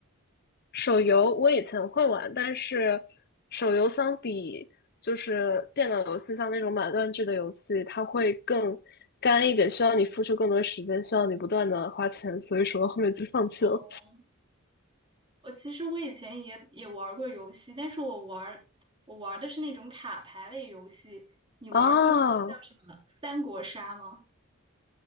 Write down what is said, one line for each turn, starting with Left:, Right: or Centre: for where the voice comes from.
Left: 手游我以前会玩，但是手游相比就是电脑游戏，像那种买断制的游戏，它会更干一点，需要你付出更多时间，需要你不断的花钱，所以说后面就放弃了。
Right: 哦。我其实我以前也也玩过游戏，但是我玩儿我玩儿的是那种卡牌类游戏。你玩儿过那个叫什么《三国杀》吗？
Left: 啊，